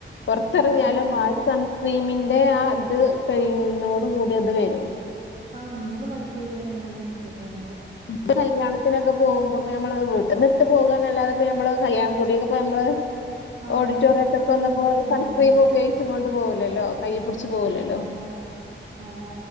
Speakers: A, on the left; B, on the right.
A: പുറത്തിറങ്ങിയാലും
B: ഉം
A: ആരു സൺ ക്രീമിന്റെ ആ ത് കഴിയുന്നോട് കൂടി അത് വരും
B: ആഹ് മൂന്ന് മണിക്കൂർ വരെ എങ്ങണ്ടേ നിക്കത്തൊള്ളത്.
A: ഇപ്പ കല്യാത്തിനൊക്കെ പോകുമ്പോക്കെ നമ്മളത് വീട്ടിന്ന് ഇട്ട് പോകാന്നല്ലാതെ നമ്മളത്, കല്യാണകുടിക്ക് പ്പ നമ്മള്
B: അതെ
A: ഓഡിറ്റോറിയത്തൊക്കൊന്നുപ്പോ
B: അതൊന്നും പറ്റുന്ന
A: സൺസ്ക്രീമ്
B: കാര്യല്ല
A: ഉപയോഗിച്ചു കൊണ്ട് പോവൂല്ലല്ലോ കയ്യി പുട്ച്ചു പോവൂലല്ലോ
B: അതാണ് അതാ